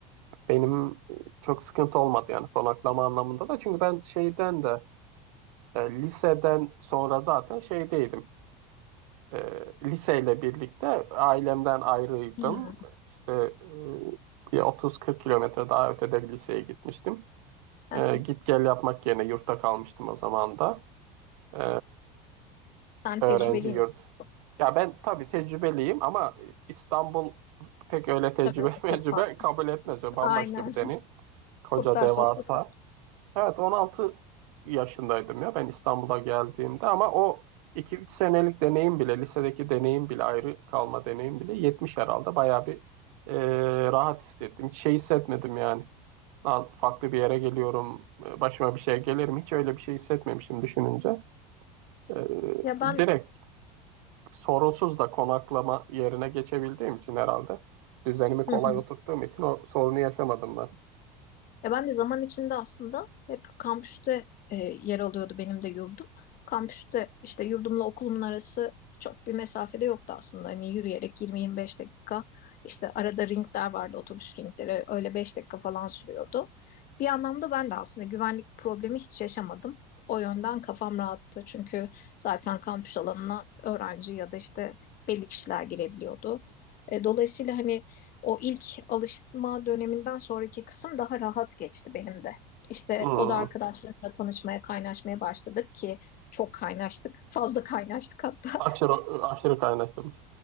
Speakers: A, on the right; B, on the left.
A: benim e, çok sıkıntı olmadı yani konaklama anlamında da. Çünkü ben şeyden de e, liseden sonra zaten şeydeydim. e, liseyle birlikte ailemden ayrıydım.
B: Hmm. Hı
A: İşte e, bir 30-40 kilometre daha ötede bir liseye gitmiştim.
B: hı.
A: E,
B: <laughs>
A: git gel yapmak yerine yurtta kalmıştım o zaman da. E,
B: Sen tecrübeli
A: öğrenci yurdu.
B: misin?
A: Ya ben tabii tecrübeliyim ama İstanbul pek öyle tecrübe
B: Tabii o
A: <laughs> mecrübe
B: çok farklı.
A: kabul etmez. O Bambaşka
B: Aynen.
A: bir deneyim. Koca
B: Kurtlar
A: devasa.
B: sofrası.
A: Evet 16 yaşındaydım ya ben İstanbul'a geldiğimde ama o iki üç senelik deneyim bile lisedeki deneyim bile ayrı kalma deneyim bile 70 herhalde bayağı bir e, rahat hissettim. Hiç şey hissetmedim yani. Lan farklı bir yere geliyorum e, başıma bir şey gelir mi? Hiç öyle bir şey hissetmemişim düşününce. E,
B: Ya ben
A: direkt sorunsuz da konaklama yerine geçebildiğim için herhalde düzenimi kolay
B: Hı hı.
A: oturttuğum için o sorunu yaşamadım ben.
B: Ya ben de zaman içinde aslında hep kampüste e, yer alıyordu benim de yurdum. Kampüste işte yurdumla okulumun arası çok bir mesafede yoktu aslında. Hani yürüyerek 20-25 dakika işte arada ringler vardı otobüs ringleri öyle 5 dakika falan sürüyordu. Bir anlamda ben de aslında güvenlik problemi hiç yaşamadım. O yönden kafam rahattı çünkü zaten kampüs alanına öğrenci ya da işte belli kişiler girebiliyordu. E, dolayısıyla hani o ilk alışma döneminden sonraki kısım daha rahat geçti benim de. İşte
A: Hmm.
B: o da arkadaşlarımla tanışmaya, kaynaşmaya başladık ki çok kaynaştık. Fazla kaynaştık hatta
A: Aşırı, aşırı kaynaşılmış.